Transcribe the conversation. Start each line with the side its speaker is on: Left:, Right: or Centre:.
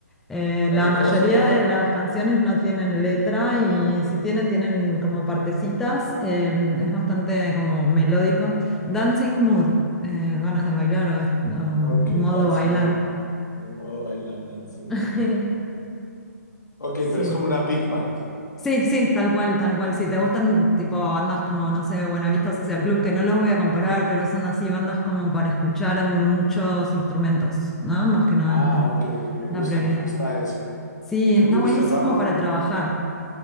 Centre: Eh,
Left: <laughs> a
Centre: la
Left: ver,
Centre: mayoría
Left: ¿cómo se llaman?
Centre: de las canciones no tienen letra y si tienen, tienen como partecitas. eh, es bastante como melódico. Dancing mood, eh, ganas de bailar o, o modo
Left: Ok, Dancing
Centre: bailar.
Left: Mood, en modo bailar, Dancing
Centre: <laughs>
Left: Mood. Ok,
Centre: Sí.
Left: pero es como una big band.
Centre: Sí, sí, tal cual, tal cual. Si te gustan tipo bandas como, no sé, Buenavista Social Club, que no los voy a comparar, pero son así bandas como para escuchar muchos instrumentos, ¿no? Más que nada
Left: Ah,
Centre: es la,
Left: ok, me
Centre: la
Left: gusta,
Centre: prioridad.
Left: me gusta eso.
Centre: Sí, está
Left: Me gusta,
Centre: buenísimo
Left: yo hago...
Centre: para trabajar.